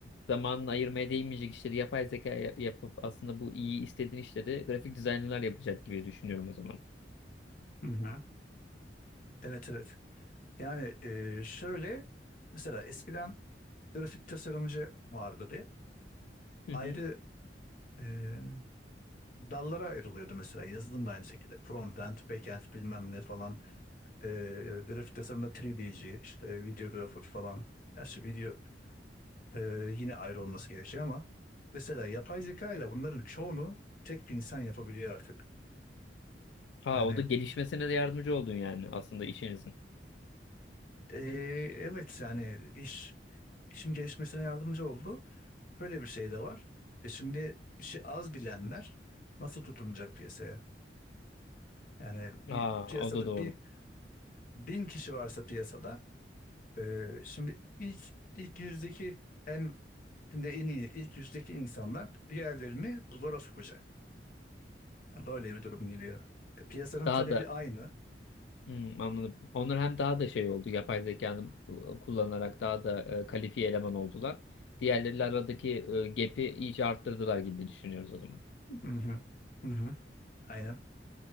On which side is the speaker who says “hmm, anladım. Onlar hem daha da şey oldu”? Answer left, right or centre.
Left